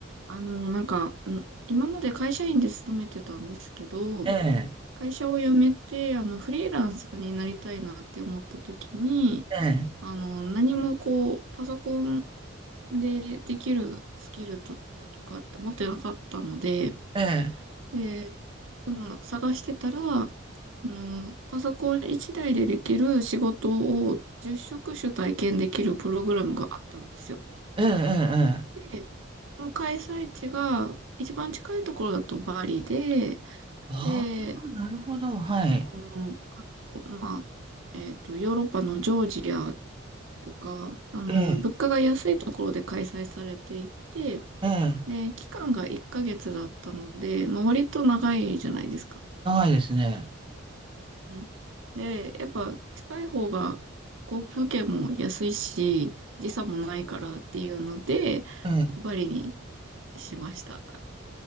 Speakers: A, on the right; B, on the right.
A: あのーなんか、ん今まで会社員で勤めてたんですけど、
B: ええ、
A: 会社を辞めて、あの、フリーランスになりたいなって思った時に、
B: ええ、
A: あの、何もこう、パソコンでできるスキルとかって持ってなかったので、
B: ええ、
A: で、その探してたら、あの、パソコン一台でできる仕事を10職種体験できるプログラムがあったんですよ。
B: ええ、ええ。
A: で、その開催地が一番近いところだとバリで、
B: ああ、
A: で、
B: なるほど。はい。
A: うん、あと、まあ、えっと、ヨーロッパのジョージアとか、あの、
B: ええ、
A: 物価が安いところで開催されていて、
B: ええ。
A: で、期間が1ヶ月だったので、まあ、割と長いじゃないですか。
B: 長いですね。
A: うん、で、やっぱ近い方が航空券も安いし、時差もないからっていうので、
B: ええ。
A: バリにしました。